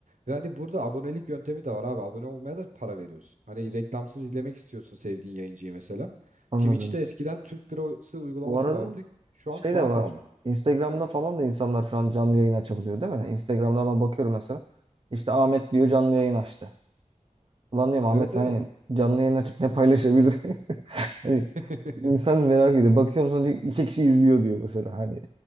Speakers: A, on the right; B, on the right.
A: Ve hani burada abonelik yöntemi de var abi. Abone olmaya da para veriyorsun. Hani reklamsız izlemek istiyorsun sevdiğin yayıncıyı mesela.
B: Anladım.
A: Twitch'te eskiden Türk lirası uygulaması
B: Bu arada
A: vardı. Şu
B: şey
A: an daha
B: de var.
A: pahalı.
B: Instagram'da falan da insanlar şu an canlı yayın açabiliyor değil mi? Instagram'da ben bakıyorum mesela. İşte Ahmet diyor canlı yayın açtı. Ulan diyorum
A: Evet
B: Ahmet
A: evet.
B: hani canlı yayın açıp ne paylaşabilir? <laughs> Hani
A: <laughs>
B: insan merak ediyor. Bakıyorum sonra diyor, iki kişi izliyor diyor mesela hani.